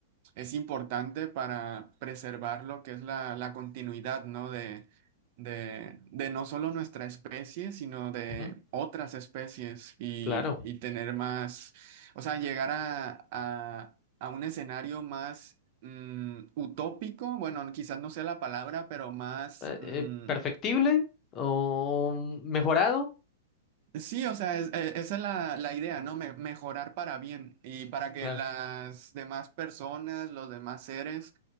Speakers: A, on the right (about 50°); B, on the left (about 25°).
A: es importante para preservar lo que es la, la continuidad, ¿no? De, de, de no solo nuestra especie, sino de
B: ujú,
A: otras especies y,
B: claro.
A: y tener más, o sea, llegar a, a, a un escenario más mm, utópico, bueno, quizás no sea la palabra, pero más...
B: Eh,
A: mm,
B: eh, perfectible o mejorado,
A: Sí, o sea, es- e- esa es la, la idea, ¿no? Me- mejorar para bien y para que
B: claro.
A: las demás personas, los demás seres